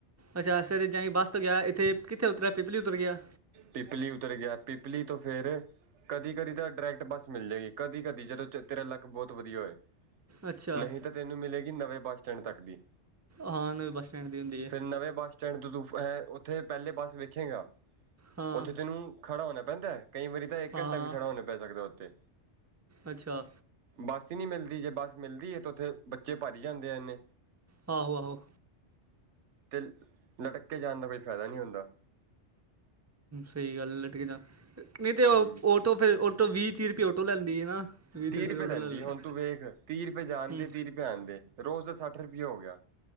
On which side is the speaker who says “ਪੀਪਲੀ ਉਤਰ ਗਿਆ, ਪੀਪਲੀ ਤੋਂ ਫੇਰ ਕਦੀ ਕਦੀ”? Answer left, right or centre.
Right